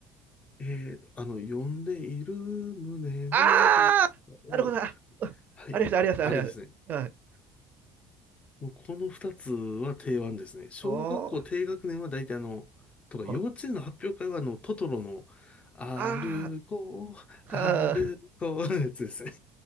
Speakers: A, on the left; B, on the right.
A: えー、あの、呼んでいる胸の動画を、
B: ああなるほど。あ、うんありました、
A: はい、
B: ありました、
A: あれですね。
B: ありました。はい。
A: もうこの二つは定番ですね。小学校低学年は大体あの、
B: おー、
A: とか、
B: ほ
A: 幼稚園の発表会はあの、トトロの、歩こう、
B: ああ、
A: 歩こうのやつですね。
B: はあ、